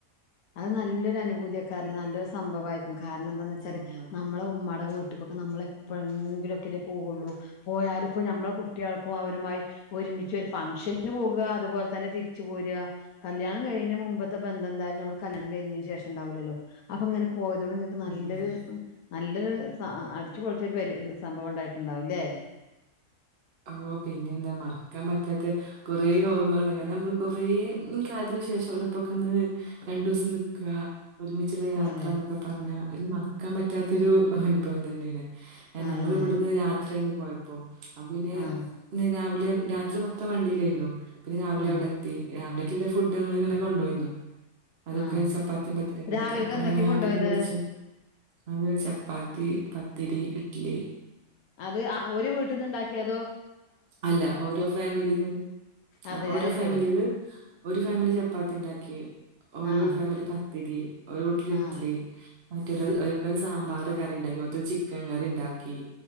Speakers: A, on the left; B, on the right.
A: അത് നല്ലൊരു അനുഭൂതിയക്കാറല്ല നല്ലൊരു സംഭവമായിയിരിക്കും കാരണം ച്ചാൽ
B: ഉം,
A: നമ്മള ഉമ്മടെ വി കുട്ടിക്കൊക്കെ നമ്മളെപ്പോഴെങ്കിലൊക്കെല്ലേ പോവു ള്ളൂ പോയാലും ഇപ്പോ മ്മളെ കുട്ടികൾക്ക അവരുമായി ഒരുമിച്ച് ഒരു ഫംഗഷനിന് പോകുക അതുപോലെ തന്നെ തിരിച്ചു പോരുക കല്യാണം കഴിഞ്ഞ മുമ്പത്തെ ബന്ധം എന്തായാലും ന കല്യാണം കഴിഞ്ഞതിന് ശേഷം ഉണ്ടാവൂല്ലോ അപ്പൊ അങ്ങനെ ഓ ഇതോട് നിങ്ങൾക്ക് നല്ലൊരു
B: ഉം, ഉം.
A: നല്ലൊരു സ അടിച്ചുപൊളിച്ചരു സംഭവം ഉണ്ടായിട്ടുണ്ടാവുംല്ലേ
B: ഓ പിന്നെ എന്താ മറക്കാൻ പറ്റാത്ത കൊറെ ഓർമ്മകൾ ക നമ്മള് കൊറേ കാലത്തിന് ശേഷം വലപ്പൊക്കെ ഒന്ന് രണ്ടു ദിവസം നക്കുക ഒരുമിച്ചുള്ള യാത്ര
A: അതെ
B: എന്നൊക്കെ പറഞ്ഞാ ഒരു മറക്കാൻ പറ്റാത്തൊരു അനുഭവം തന്നെയാണ് ക
A: അതന്നെ
B: ഞങ്ങൾ ഇവിടുന്ന് രാത്ര പോയപ്പോ അ പിന്നെ
A: ആഹ്
B: രാവിലെ രാത്രി മൊത്തം വണ്ടിയിലായിരുന്നു പിന്നെ രാവിലെ
A: ആഹ്
B: അവിടെ എത്തി രാവിലേക്കെുള്ള ഫുഡങ്ങൾ ഇങ്ങനെ കൊണ്ടോ യിന്നോ അതൊക്കെ
A: ആഹ്
B: ചപ്പാത്തിയും പത്തി കഴട്ട
A: രാവിലക്ക്
B: അപ്പൊ
A: എന്തൊക്കെയാ
B: അങ്ങനെ
A: കൊണ്ടുപോയത്
B: അരിച്ച അത് ചപ്പാത്തി പത്തിരി ഇഡ്ലി
A: അത് ഒരു വീട്ടിൽന്ന് ഉണ്ടാക്കി ക അതോ
B: അല്ല ഓരോ ഫാമിലി
A: അതെ
B: ആ ഓരോ
A: അത്
B: ഫാമിലി
A: ശെരി
B: ഒരു ഫാമിലി ചപ്പാത്തി ഉണ്ടാക്കി ഓരോ
A: ആഹ്
B: ഫാമിലി ത്തിരി ഒര് വീട്ടിൽ ഇഡ്ഡലി
A: ആഹ്
B: മറ്റൊരാ ഒരിക്കൽ സാമ്പാർ കറി ഉണ്ടാക്കി മറ്റ ചിക്കൻ കറി ഉണ്ടാക്കി